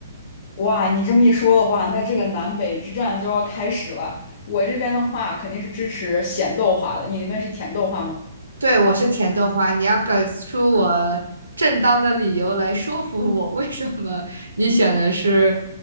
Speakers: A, on the left; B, on the right.
A: 哇，你这么一说的话，那这个南北之战就要开始了。我这边的话肯定是支持咸豆花的，你那边是甜豆花吗？
B: 对，我是甜豆花，你要给出我正当的理由来说服我，为什么你选的是